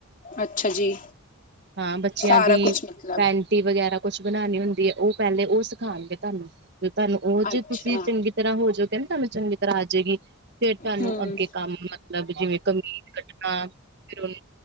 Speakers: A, on the left; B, on the right.
A: ਅੱਛਾ ਜੀ
B: ਹਾਂ ਬੱਚਿਆਂ
A: ਸਾਰਾ
B: ਦੀ,
A: ਕੁਛ ਮਤਲਬ
B: ਪੈਨ ਟੀ ਵਗੈਰਾ ਕੁਛ ਬਣਾਉਣੀ ਹੁੰਦੀ ਹੈ ਉਹ ਪਹਿਲੇ ਉਹ ਸਿਖਾਉਣਗੇ ਤੁਹਾਨੂੰ, ਤੁਹਾਨੂੰ ਉਹ ਚ
A: ਅੱਛਾ
B: ਤੁਸੀ ਚੰਗੀ ਗੀ ਤਰ੍ਹਾਂ ਹੋ ਜੋ ਗੇ ਨ ਮੈਂ ਚੰਗੀ ਆ ਜਾਗੀ, ਫਿਰ ਤੁਹਾਨੂੰ
A: ਹੂੰ
B: ਅੱਗੇ ਕੰਮ ਮਤਲਬ ਜਿਵੇਂ ਕਮੀਜ਼ ਕਟਣਾ ਹਾਂ ਫਿਰ